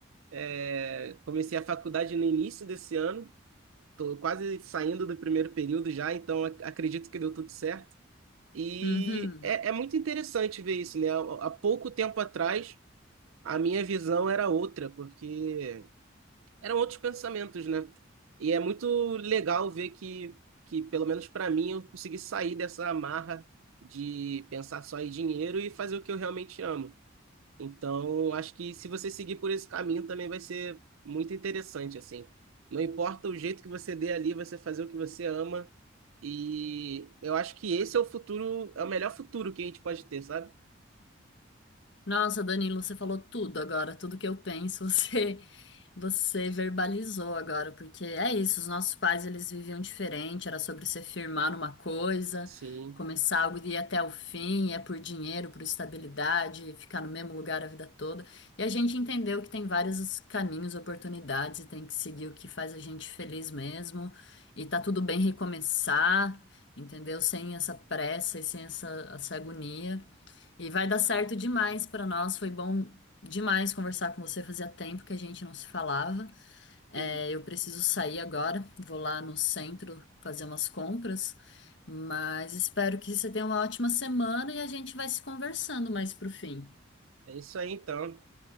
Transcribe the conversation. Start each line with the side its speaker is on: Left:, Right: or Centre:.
Right: É, comecei a faculdade no início desse ano, tô quase saindo do primeiro período já, então ac- acredito que deu tudo certo. E
Left: Uhum.
Right: é, é muito interessante ver isso, né? Há há pouco tempo atrás, a minha visão era outra, porque eram outros pensamentos, né? E é muito legal ver que, que pelo menos para mim, eu consegui sair dessa amarra de pensar só em dinheiro e fazer o que eu realmente amo. Então, acho que se você seguir por esse caminho também vai ser muito interessante, assim. Não importa o jeito que você dê ali, você fazer o que você ama. E eu acho que esse é o futuro, é o melhor futuro que a gente pode ter, sabe?
Left: Nossa, Danilo, você falou tudo agora, tudo que eu penso, <laughs> você você verbalizou agora, porque é isso, os nossos pais eles viviam diferente, era sobre você firmar numa coisa,
Right: Sim.
Left: começar algo e ir até o fim, é por dinheiro, por estabilidade, ficar no mesmo lugar a vida toda. E a gente entendeu que tem vários caminhos, oportunidades e tem que seguir o que faz a gente feliz mesmo, e tá tudo bem recomeçar, entendeu? Sem essa pressa e sem essa, essa agonia. E vai dar certo demais para nós. Foi bom demais conversar com você. Fazia tempo que a gente não se falava. É,
Right: <laughs>
Left: eu preciso sair agora. Vou lá no centro fazer umas compras. Mas espero que você tenha uma ótima semana e a gente vai se conversando mais pro fim.
Right: É isso aí, então.